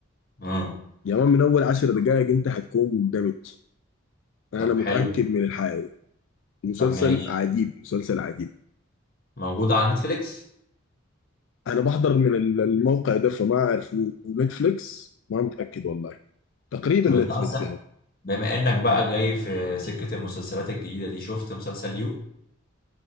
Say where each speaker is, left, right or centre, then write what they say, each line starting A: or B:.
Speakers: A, on the left; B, on the left.
A: اه
B: يا مان من اول عشر دقائق انت حتكون مندمج انا
A: طب
B: متاكد
A: حلو
B: من الحيوي مسلسل
A: طب ماشي
B: عجيب مسلسل عجيب
A: موجود على نتفليكس
B: انا بحضر من ال- الموقع ده فما اعرف و- ونتفليكس ما متاكد والله تقريبا
A: طب
B: نتفليكس
A: انت اصلا
B: يعني
A: بما انك بقى جاي في سكة المسلسلات الجديدة دي شفت مسلسل يو